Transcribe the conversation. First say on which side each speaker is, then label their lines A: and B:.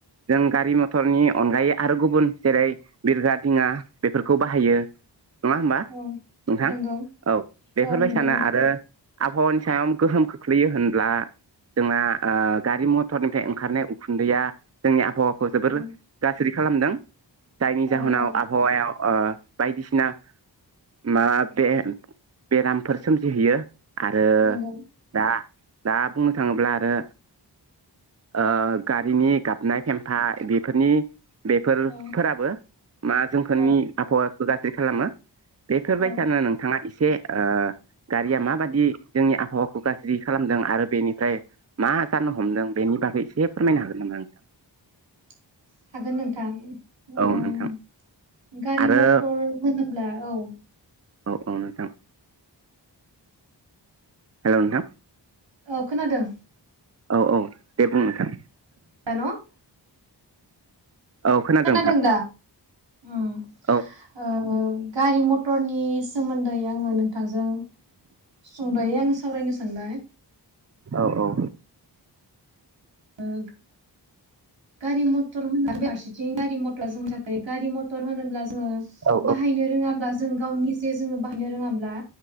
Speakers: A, on the right; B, on the right.
A: जों गारि मथरनि अनगायै आरो गुबुन जेरै बिरग्रा दिङा बेफोरखौ बाहायो। नङा होमबा
B: औ
A: नोंथां
B: नंगौ
A: औ बेफोरबायसानो
B: औ नंगौ नोंथां
A: आरो आबहावानि सायाम गोहोम खोख्लैयो होनब्ला जोंना ओ गारि म थरनिफ्राय ओंखारनाय उखुन्दैया जोंनि आबहावाखौ जोबोर
B: औ
A: गाज्रि खालामदों। जायनि
B: औ
A: जाहोनाव
B: औ
A: आबहावायाव ओ बायदिसिना मा बे बेरामफोर सोमजिहैयो। आरो
B: नंगौ
A: दा दा बुंनो थाङोब्ला आरो ओ गारिनि गाबनाय फेम्फा बेफोरनि बेफोर
B: औ
A: फोराबो मा जोंफोरनि
B: औ
A: आबहावाखौ गाज्रि खालामो। बेफोरबायसानो
B: औ
A: नोंथाङा एसे ओ गारिया माबादि जोंनि आबहावाखौ गाज्रि खालामदों आरो बेनिफ्राय मा जान नो हमदों बेनि बागै एसे फोरमायनो हागोन नामा नोंथां?
B: <inaudible> हागोन नोंथां
A: औ
B: ओं
A: नोंथां
B: गारि
A: आरो
B: मथर होनो ब्ला औ।
A: औ औ नोंथां। हेल' नोंथां।
B: औ खोनादों।
A: औ औ दे बुं नोंथां।
B: जान'
A: औ
B: खोनादों
A: नोंथां
B: दा उम
A: औ
B: ओ गारि मथरनि सोमोन्दै आङो नोंथांजों सुंद'यै आं सावरायनो सानबाय।
A: औ औ।
B: ओग गारि मथर होनोब्ला फारसेथिं गारि मथर जों थाखाय गारि मथर होनोब्ला जोङो
A: औ
B: बाहायनो रोङाब्ला जों गावनि जे जोङो बाहायनो रोङाब्ला